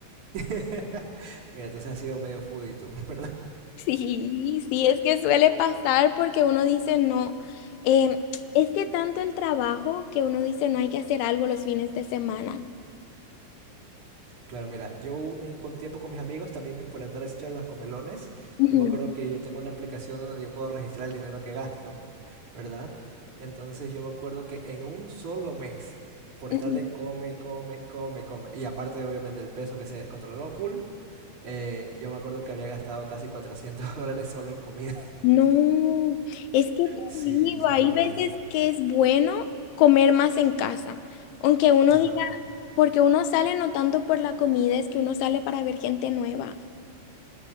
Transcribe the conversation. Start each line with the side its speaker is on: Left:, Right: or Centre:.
Right: <laughs> Mira, entonces has sido medio foodie tú, <laughs> ¿verdad?
Left: Sí, sí, es que suele pasar porque uno dice no. em, es que tanto el trabajo que uno dice no hay que hacer algo los fines de semana.
Right: Claro, mira, yo un con tiempo con mis amigos también por entrar a los comelones.
Left: Ujú,
Right: Yo me acuerdo que yo tengo una aplicación donde yo puedo registrar el dinero que gasto. ¿verdad? Entonces yo me acuerdo que en un solo mes, por
Left: ujú.
Right: estar de come, come, come, come, y aparte obviamente el peso que se descontroló full, eh, yo me acuerdo que había gastado casi 400 <laughs> dólares solo en comida. <laughs>
Left: No, es que te
Right: Sí,
Left: digo,
Right: eso
Left: hay
Right: fue horrible.
Left: veces que es bueno comer más en casa, aunque uno
Right: Ajá.
Left: diga, porque uno sale no tanto por la comida, es que uno sale para ver gente nueva.